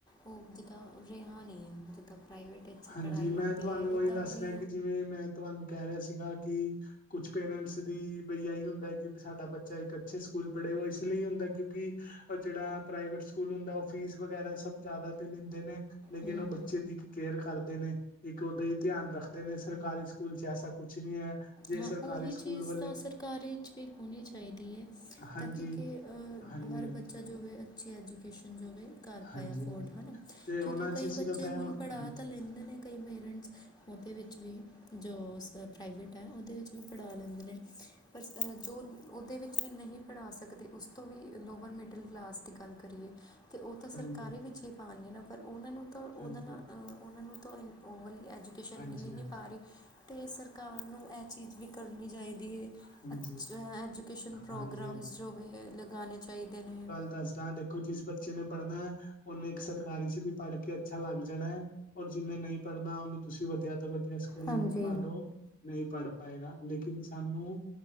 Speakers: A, on the left; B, on the left.
A: ਉਹ ਜਿੱਦਾਂ ਰਿਹਾ ਨਹੀਂ ਜਿੱਦਾਂ ਪ੍ਰਾਈਵੇਟ ਵਿੱਚ
B: ਹਾਂਜੀ
A: ਪੜ੍ਹਾਈ
B: ਮੈਂ
A: ਹੁੰਦੀ
B: ਤੁਹਾਨੂੰ
A: ਹੈ
B: ਉਹੀ
A: ਉੱਦਾਂ
B: ਦੱਸ
A: ਉਹਦੀ
B: ਰਿਹਾ ਕਿ ਜਿਵੇਂ ਮੈਂ ਤੁਹਾਨੂੰ ਕਹਿ ਰਿਹਾ ਸੀਗਾ ਕਿ ਕੁਛ ਪੇਰੈਂਟਸ ਦੀ ਬਈ ਆਹੀ ਹੁੰਦਾ ਕਿ ਸਾਡਾ ਬੱਚਾ ਇੱਕ ਅੱਛੇ ਸਕੂਲ ਪੜ੍ਹੇ ਉਹ ਇਸ ਲਈ ਹੁੰਦਾ ਕਿਉਂਕਿ ਜਿਹੜਾ ਪ੍ਰਾਈਵੇਟ ਸਕੂਲ ਹੁੰਦਾ ਉਹ ਫੀਸ ਵਗੈਰਾ ਸਭ ਜ਼ਿਆਦਾ ਤੇ ਲੈਂਦੇ ਨੇ ਲੇਿ
A: ਹੂੰ
B: ਉਹ ਬੱਚੇ ਦੀ ਕੇਅਰ ਕਰਦੇ ਨੇ ਇੱਕ ਉਹਦਾਾਂ ਹੀ ਧਿਆਨ ਰੱਖਦੇ ਨੇ ਸਰਕਾਰੀ ਸਕੂਲ ਚ ਐਸਾ ਕੁਛ ਨਹੀਂ ਹੈ। ਜੇ
A: ਹਾਂ
B: ਸਰਕਾਰੀ
A: ਉਹੀ
B: ਸਕੂਲ
A: ਚੀਜ਼
B: ਵਾਲੇ
A: ਤਾਂ ਸਰਕਾਰ ' ਵੀ ਹੋਣੀ ਚਾਹੀਦੀ ਹੈ।
B: ਹਾਂਜੀ
A: ਤਾਂ ਕਿ
B: ਹਾਂਜੀ
A: ਹਰ
B: ਹਾਂਜੀ
A: ਬੱਚਾ ਜੋਵੇ ਅੱਛੀ ਐਜੂਕੇਸ਼ਨ ਜੋਵੇ। ਕਰ
B: ਹਾਂਜੀ
A: ਪਾਏ ਅਫੋਰਡ
B: ਹਾਂਜੀ
A: ਹਨਾ।
B: ਤੇ ਉਹਨਾਂ
A: ਕਿਉਂਕਿ
B: ਚ
A: ਕਈ
B: ਸਿਰਫ
A: ਬੱਚੇ
B: ਹੈ
A: ਹੁਣ ਪੜ੍ਹਾ
B: ਹਾਂਜੀ
A: ਤਾਂ ਲੈਂਦੇ ਨੇ ਕਈ ਪੇਰੈਂਟਸ ਉਹਦੇ ਵਿੱਚ ਵੀ ਜੋ ਸ ਪ੍ਰਾਈਵੇਟ ਨਹੀ ਉਹਦੇ ਵਿੱਚ ਵੀ ਪੜਾ ਲੈਂਦੇ ਨੇ ਪਰ ਇਸ ਤਰ੍ਹ, ਜੋ ਉਹਦੇ ਵਿੱਚ ਵੀ ਨਹੀਂ ਪੜ੍ਹਾ ਸਕਦੇ ਉਸ ਤੋਂ ਵੀ ਲੋਵਰ ਮਿਡਲ ਕਲਾਸ ਦੀ ਗੱਲ ਕਰੀਏ ਤੇ ਉਹ ਤੇ ਸਰਕਾਰੀ
B: ਹਾਂਜੀ ਹਾਂਜੀ
A: ਵਿੱਚ ਹੀ ਪਾਨਗੇ ਨਾ। ਪਰ ਉਹਨਾਂ ਨੂੰ ਤਾਂ ਉਹਦੇ
B: ਹਾਂਜੀ
A: ਨਾਲ ਉਹਨਾਂ ਨੂੰ ਤਾਂ ਓਵਰਲੀ ਐਜੂਕੇਸ਼ਨ
B: ਹਾਂਜੀ
A: ਮਿਲ ਹੀ ਨਹੀਂ
B: ਹਾਂਜੀ
A: ਪਾ ਰਹੀ ਅਤੇ ਸਰਕਾਰ ਨੂੰ ਇਹ ਚੀਜ਼ ਵੀ ਕਰਨੀ ਚਾਹੀਦੀ ਹੈ
B: ਹਾਂਜੀ
A: ਅਛ ਐਜੂਕੇਸ਼ਨ
B: ਹਾਂਜੀ
A: ਪ੍ਰੋਗਰਾਮਸ
B: ਹਾਂਜੀ
A: ਜੋ ਵੀ ਹੈ। ਲਗਾਉਣੇ ਚਾਹੀਦੇ ਨੇ
B: ਦੱਸਦਾਂ ਦੇਖੋ ਜਿਸ ਬੱਚੇ ਨੇ ਪੜ੍ਹਨਾ ਉਹਨੇ ਇੱਕ ਸਰਕਾਰੀ ਚ ਵੀ ਪੜ੍ਹ ਕੇ ਅੱਛਾ ਲੱਗ ਜਾਣਾ ਹੈ। ਔਰ ਜਿੰਨੇ ਨਹੀਂ ਪੜ੍ਹਨਾ ਉਹਨੂੰ ਤੁਸੀਂ ਵਧੀਆ ਤੋਂ ਵਧੀਆ ਸਕੂਲ
A: ਹਾਂਜੀ
B: ਪਾਦੋ ਨਹੀਂ ਪੜ੍ਹ ਪਏਗਾ ਲੇਕਿਨ ਸਾਨੂੰ